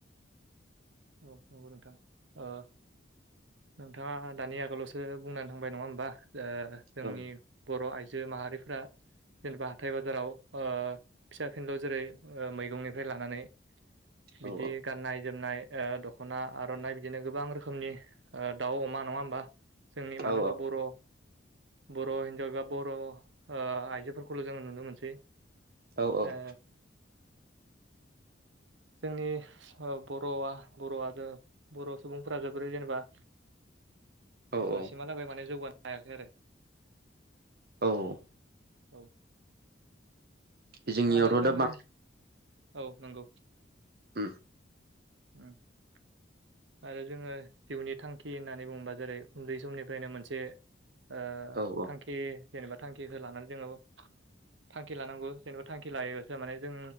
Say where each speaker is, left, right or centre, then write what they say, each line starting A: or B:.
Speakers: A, on the right; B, on the right.
A: औ नंगौ नोंथां ओ नोंथांङा दानि आगोलावसो बुंनानै थांबाय नंङा होमबा ओ जोंनि
B: औ
A: बर' आइजो माहारिफ्रा जेनेबा हाथाय बाजाराव ओ फिसा फिनलु जेरै ओ मैगंनिफ्राय लानानै बिदि
B: औ
A: गाननाय जोमनाय ओ दख'ना, आर'नाइ बिदिनो गोबां रोखोमनि ओ दाउ अमा नङा होमबा जोंनि मानो
B: औ
A: होनबा बर' बर' हिनजाव एबा बर' ओ आइजोफोरखौल' जोंङो नुनो मोनसै
B: औ औ
A: ओ जोंनि ओ बर'आ बर'आ बर' सुबुंफोरा जोबोरै जेनेबा
B: <inaudible> औ औ
A: दासिमहालागै माने जौगानो हायाखै आरो
B: औ
A: औ
B: जोंनियावथ'
A: आरो जोङो
B: दा बां
A: औ नंगौ
B: उम
A: <unintelligible> आरो जोङो जिउनि थांखि होननानै बुंङोबा जेरै उन्दै समनिफ्रायनो मोनसे ओ
B: औ औ
A: थांखि जेनेबा थांखिखौ लानानै जोङो थांखि लानांगौ जेनेबा थांखि लायोबासो माने जों